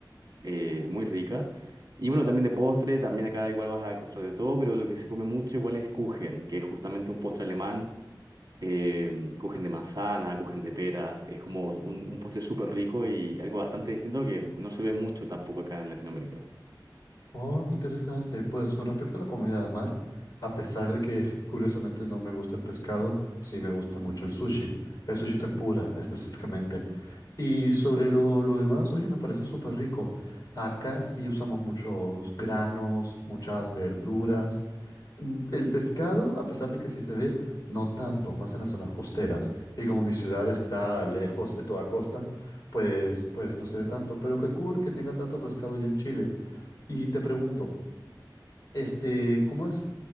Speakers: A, on the right; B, on the left.
A: eh, muy rica. Y bueno, también de postre, también acá igual vas a encontrar de todo, pero lo que se come mucho igual es Kuchen, que es justamente un postre alemán, eh, Kuchen de manzana, Kuchen de pera, es como un, un postre súper rico y algo bastante distinto que no se ve mucho tampoco acá en Latinoamérica.
B: Oh, qué interesante. Pues con respecto a la comida de mar, a pesar de que curiosamente no me gusta el pescado, sí me gusta mucho el sushi, el sushi tempura específicamente. Y sobre lo, lo demás, oye, me parece súper rico. Acá sí usamos muchos granos, muchas verduras. Mm, El pescado, a pesar de que sí se ve, no tanto, más en las zonas costeras. Y como mi ciudad está lejos de toda costa, pues, pues no se ve tanto. Pero qué cool que tengan tanto pescado allá en Chile. Y te pregunto, este, ¿cómo es